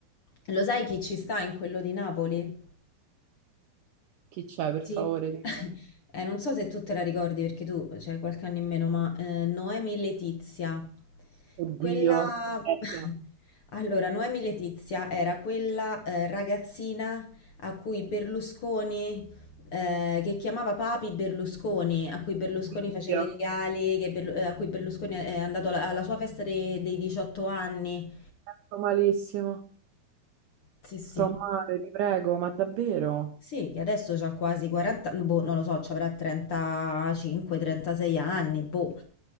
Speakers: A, on the left; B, on the right.
A: Lo sai chi ci sta in quello di Napoli?
B: chi c'è per
A: Sì,
B: favore? dimmelo.
A: <laughs> Eh, non so se tu te la ricordi perché tu c'hai qualche anno in meno, ma eh, Noemi Letizia,
B: Oddio,
A: quella...
B: aspetta.
A: <laughs> Allora, Noemi Letizia era quella eh, ragazzina a cui Berlusconi, eh, che chiamava Papi Berlusconi, a cui Berlusconi
B: Mio
A: faceva
B: Dio,
A: i regali, che Berlu- eh, a cui Berlusconi è andato alla, alla sua festa de- dei 18 anni.
B: sto malissimo,
A: Sì, sì.
B: sto male, ti prego, ma davvero?
A: Sì, che adesso ha quasi 40, boh, non lo so, ci avrà 35-36 anni, boh.